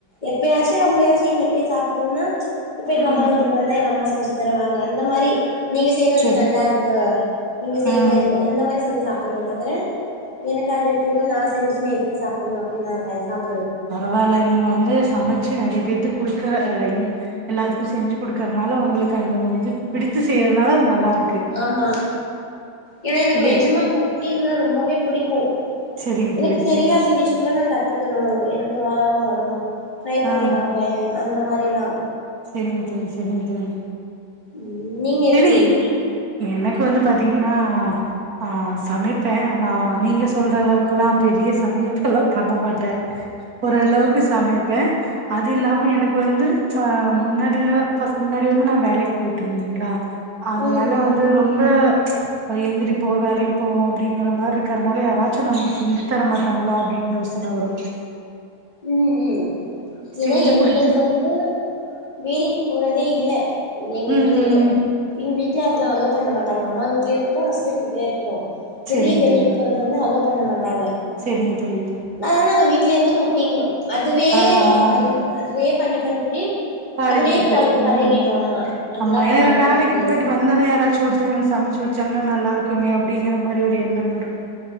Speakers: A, on the left; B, on the right.
A: எப்பயாச்சும் ரொம்பயாச்சும் என்னக்கே சாப்புண்ணும்ன்னா ம்ச் இப்ப எங்க
B: ம்
A: அம்மா வீட்டுக் வந்தா எங்க அம்மா செஞ்சு தருவாங்க அந்த மாறி நீங்க செய்றது
B: சரி
A: நல்லாருக்கு நீங்க செய்ங்க
B: ஆ
A: அந்த மாறி சொல்லி சாப் தவர எனக்கு அது <unintelligible> நா செஞ்சு எதுக்கு சாப்புண் அப்படின்னா <unintelligible>
B: பரவால்ல நீங்க வந் ந்து சமச்சு நெறைய பேத்துக் குடுக்கற எல்லாத்துக்கும் செஞ்சு குடுக்கறனால உங்ளுக்கு அந்த இது பிடித்து செயறத்னால அது நல்லா இருக்
A: ஆமா ஏனா எனக்
B: இருக்கு
A: நெஜமா குக்கிங்னா ரொம்ப வே புடிக்கு
B: செரிங்க
A: எனக்கு
B: தோழி செரிங்க
A: தெரியாத டிஷ் கூட நா கத்துக்கணு எனக் ஒரு ஆர்வ வரு ட்ரை
B: ஆ
A: பண்ணி பாப்பே
B: ஆ
A: அந் ந்த மாறிலா
B: செரிங்க தோழி செரிங்க தோழி
A: உ நீங்க
B: செரி
A: எப்பிடி
B: எனக்கு வந்து பாத்தீங்கன்னா ஆ சமைப்பே ஆனா நீங்க சொல்றளவுக்குலா பெரிய சமயப்பெல்லா பண்ண மாட் ட ஓரளவுக்கு சமைப்பே அது இல்லாம எனக்கு வந்து ஆஹ் முன்னாடிலா ஃபஸ் முன்னாடி வந்து நா வேலைக்கு போயிட்ருந்தங்ளா அதனால
A: ம் ம்
B: வந்து ரொம்ப அது எந்திரிப்போ வேலைக்கு போவோ அப்படிங்ற மார்ருக் ருக்ரனால யாராச்சு நமக் செஞ்சி தர மாட் டாங்களா அப்டின் யோசன வரு
A: உம் ஊம்
B: செஞ்சு
A: ஏனா என்கள்க்கு
B: குடுத்து
A: வந்து வேலைக்கு போறதே இல்ல எங்க
B: ம்
A: இதுலயே
B: ம் ம்
A: எங் க வீட்ல அதெலா அலோ பண்ண மாட்டாங்க அம்மா வீட்லயு இருக்கட்டு ஹஸ்பண்ட் வீட்லயு இருக்கட்டு
B: செரிங்க
A: வெளியே வேலைக்கு
B: தோழி
A: போறது வந்து அலோ பண்ணமாட் டாங்க
B: செரிங்க தோழி
A: நாங்க தான வீ ட்லியிருந்து குக் கிங்கு அதுவே
B: ஆ ஆ
A: மைண்ட்
B: ஆ
A: அதுவே பண்ணி பண்ணி பண்ணி
B: பழகிட்டு
A: அதுலயே பழ பழகிட்டோ
B: உம்
A: ஆமா அதுதா
B: ஆம்மா ஏன்னா
A: பண்ணணு
B: வேலைக்கு
A: அப்டின்னு
B: போயிட்டு வந்தொன்னே யாராச்சும் ஒருத்தங் சமைச்சு வச்சாங்கன்னா நல்லா இருக் க்குமே அப்படிங்கற மாரி ஒரு எண்ணம் வரும்